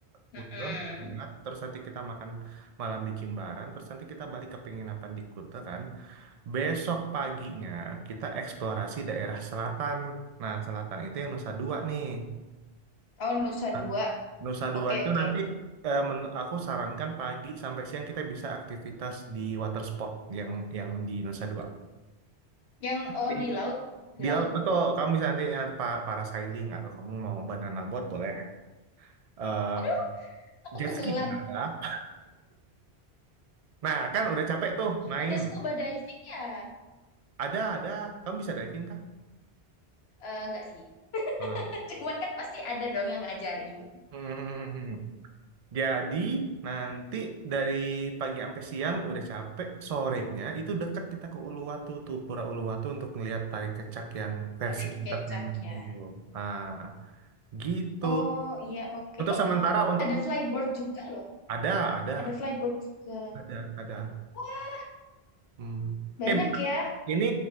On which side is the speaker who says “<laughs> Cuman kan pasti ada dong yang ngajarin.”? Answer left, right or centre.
Left